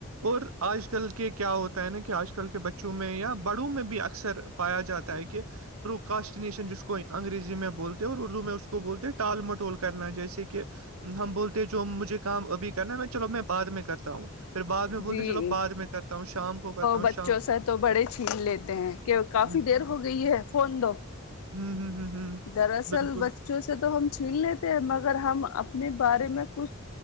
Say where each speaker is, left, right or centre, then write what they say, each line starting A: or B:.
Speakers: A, on the right (about 80°); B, on the left (about 80°).
A: اور آج کل کے کیا ہوتے ہے نا کہ آج کل کے بچوں میں یا بڑوں میں بھی اکثر پایا جاتا ہے کہ پرو کاسٹینشن جس کو انگریزی میں بولتے ہیں اور اردو میں اس کو بولتے ہیں ٹال مٹول کرنا جیسے کہ ہم بولتے جو مجھے کام ابھی کرنا ہے میں چلو میں بع میں کرتا ہوں پھر بعد میں بولتے
B: جی
A: چلو بد میں کرتا ہوں شام کو کرتا ہوں
B: بچوں
A: شام
B: سے تو بڑے چھین لیتے ہیں کہ کافی
A: ہوں
B: دیر ہو گئی ہے فون دو
A: ہوں ہوں
B: دراصل
A: بالکل
B: بچوں سے تو ہم چھین لیتے ہیں مگر ہم اپنے بارے میں کچھ